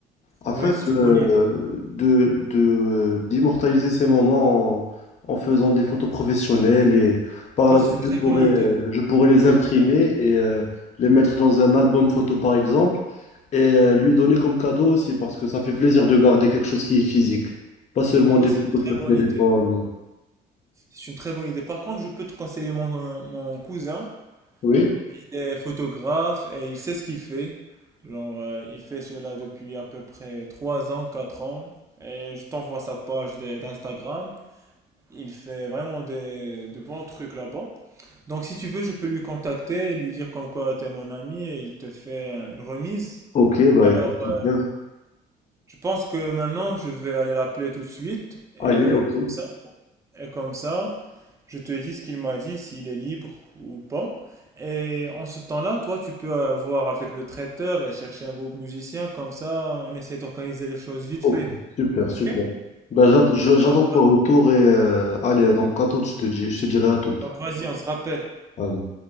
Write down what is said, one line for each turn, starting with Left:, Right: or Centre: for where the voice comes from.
Left: afin
Right: Oui, c'est
Left: de,
Right: une bonne idée.
Left: de, de- d'immortaliser ces moments en, en faisant des photos professionnelles et par
Right: Oui,
Left: la
Right: c'est
Left: suite
Right: une très
Left: je pourrais,
Right: bonne idée.
Left: je pourrais les imprimer et euh, les mettre dans un album photo par exemple. et euh, lui donner comme cadeau aussi parce que ça fait plaisir de garder quelque chose qui est physique, pas seulement
Right: Ouais,
Left: des
Right: c'est
Left: photos
Right: une très
Left: sur
Right: bonne
Left: téléphone
Right: idée.
Left: ou...
Right: C'est une très bonne idée. Par contre, je peux te conseiller mon, mon cousin.
Left: Oui,
Right: Il est photographe et il sait ce qu'il fait. Genre, euh, il fait cela depuis à peu près 3 ans, 4 ans. Et je t'envoie sa page de- d'Instagram. Il fait vraiment des, de bons trucs là-bas. Donc, si tu veux, je peux lui contacter et lui dire comme quoi t'es mon ami et il te fait euh, une remise.
Left: ok, bah
Right: Alors,
Left: écoute, super.
Right: euh, je pense que maintenant, je vais aller l'appeler tout de suite. Et
Left: Allez, ok,
Right: comme ça, Et comme ça, je te dis ce qu'il m'a dit, s'il est libre ou pas. Et en ce temps-là, toi, tu peux euh, voir avec le traiteur et chercher un groupe musicien. Comme ça, on essaie d'organiser les choses vite
Left: ok,
Right: fait.
Left: super,
Right: OK?
Left: super. Bah, j'att- je- j'attends
Right: Donc,
Left: ton
Right: va-
Left: retour et euh, allez, donc à toute, je te dis, je te dirai à toute.
Right: donc vas-y, on se rappelle.
Left: Allez.